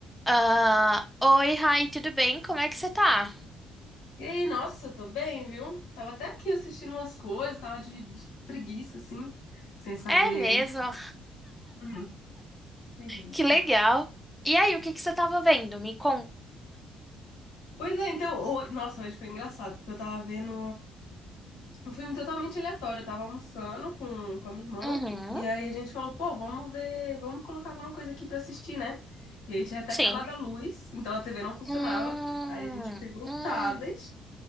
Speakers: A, in the centre; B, on the left (about 65°).
A: Ah, oi, Rai, tudo bem? Como é que você tá?
B: E aí, nossa, eu tô bem, viu? Tava até aqui assistindo umas coisas, tava de, de preguiça, assim, sem saber.
A: É mesmo?
B: Uhum. Preguiça.
A: Que legal. E aí, o que que você tava vendo? Me conta.
B: Pois é, então, ho- nossa, hoje foi engraçado, porque eu tava vendo um filme totalmente aleatório. Eu tava almoçando com, com a minha irmã,
A: Uhum,
B: e aí a gente falou, pô, vamos ver, vamos colocar alguma coisa aqui pra assistir, né? E aí tinha até
A: sim.
B: acabado a luz, então a TV não funcionava.
A: Hum,
B: Aí a gente pegou o
A: hum.
B: tablet